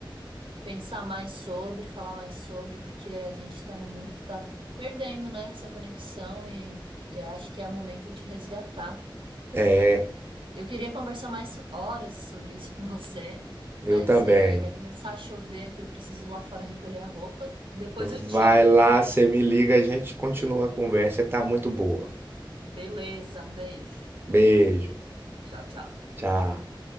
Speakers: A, on the right (about 80°); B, on the right (about 25°).
A: pensar mais sobre, falar mais sobre, porque a gente está num mundo que está perdendo, né, essa conexão e, e acho que é momento de resgatar.
B: É,
A: Eu queria conversar mais horas sobre isso <laughs> com você,
B: eu
A: mas
B: também.
A: é, vai começar a chover aqui, eu preciso ir lá fora recolher a roupa. Depois
B: Vai
A: eu te chamo aqui
B: lá,
A: de novo.
B: você me liga, a gente continua a conversa que tá muito boa.
A: Beleza, um beijo.
B: Beijo,
A: Tchau, tchau.
B: tchau.